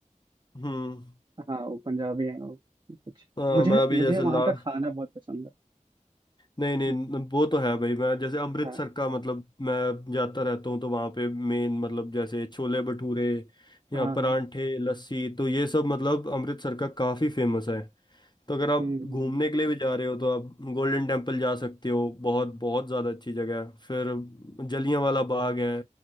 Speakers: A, on the left; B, on the right.
A: हम्म
B: हाँ वो पंजाबी हैं और कुछ
A: अ,
B: मुझे
A: मैं अभी
B: मुझे
A: जैसे
B: वहाँ
A: ला
B: का खाना बहुत पसंद
A: नहीं नहीं
B: है
A: वो तो है भाई मैं जैसे अमृतसर
B: हाँ
A: का मतलब मैं जाता रहता हूँ तो वहाँ पे मेन मतलब जैसे छोले भटूरे
B: हाँ
A: या
B: हाँ
A: परांठे लस्सी तो ये सब मतलब अमृतसर का काफी फेमस है तो अगर आप
B: हम्म,
A: घूमने
B: हम्म,
A: के लिए भी जा रहे हो तो आप गोल्डन टेम्पल जा सकते हो बहुत बहुत ज़्यादा अच्छी जगह है फिर जलियांवाला बाग है